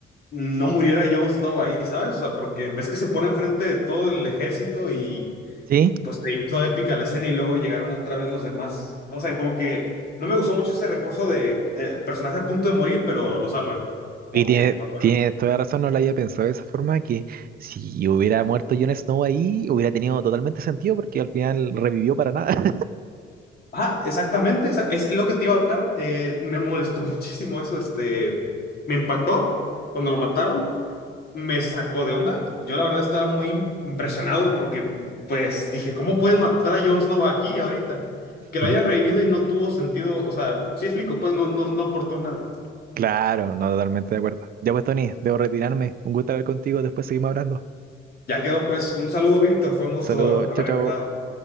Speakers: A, on the left; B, on the right.
A: no muriera Jon Snow ahí, ¿sabes? O sea, porque ves que se pone enfrente de todo el ejército y
B: ¿Sí?
A: pues se hizo épica la escena y luego llegaron otra vez los demás. No sé, como que no me gustó mucho ese recurso de eh, personaje a punto de morir, pero lo salvan. Como
B: Y tiene,
A: que... pasó.
B: tiene toda razón, no lo había pensado de esa forma, que si hubiera muerto Jon Snow ahí, hubiera tenido totalmente sentido porque al final revivió para nada.
A: Ah, exactamente, esa- es lo que te iba a hablar. Eh, me molestó <laughs> muchísimo eso, este, me impactó cuando lo mataron. Me sacó de onda. Yo la verdad estaba muy im- impresionado porque pues dije, ¿cómo pueden matar a Jon Snow aquí ahorita?
B: <laughs>
A: Que lo
B: Ujú.
A: hayan revivido y no tuvo sentido, o sea, sí explico, pues no, no, no aportó nada.
B: Claro, no, totalmente de acuerdo. Ya pues, Tony, debo retirarme. Un gusto hablar contigo, después seguimos hablando.
A: Ya quedó pues un saludo, Víctor, fue un gusto
B: Saludos,
A: haber
B: chao, chao.
A: recordado.